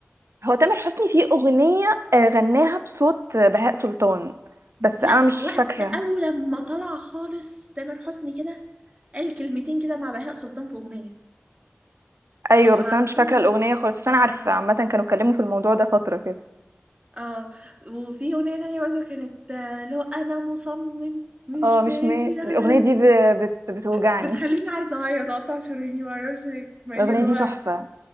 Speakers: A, on the right; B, on the right.
A: هو تامر حسني فيه اغنيه آه، غناها بصوت آه، بهاء سلطان بس
B: لا
A: انا مش
B: وقت
A: فاكره
B: اول ما طلع خالص تامر حسني كده قال كلمتين كده مع بهاء سلطان في اغنيه
A: ايوه
B: او
A: بس
B: بعدين-
A: انا مش فاكره الاغنيه خالص بس انا
B: اه
A: عارفه عامه كانوا اتكلموا في الموضوع ده فتره كده
B: اه وفي اغنيه تانية برضه كانت آه، لو انا مصمم مش
A: اه مش
B: ماشي
A: م...
B: انا
A: الاغنيه دي
B: زي-
A: ب... بت... بتوجعني
B: بتخليني عايزه اعيط اقطع شراييني معرفش ليه مع
A: الأغنية
B: ان اللي
A: دي
B: هو
A: تحفة